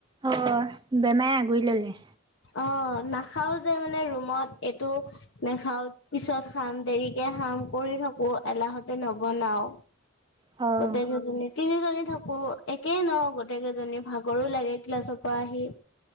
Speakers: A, on the right (about 20°); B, on the left (about 65°).
A: অ' বেমাৰে আগুৰি ললে
B: অ' নাখাও যে মানে ৰুমত এইটো নাখাওঁ, পিছত খাম দেৰিকে খাম কাম কৰি থাকো এলাহতে নবনাও
A: অ',
B: গোটেই কেইজনী তিনিজনী থাকো একেই ন গোটেই কেইজনী ভাগৰো লাগে ক্লাছৰ পৰা আহি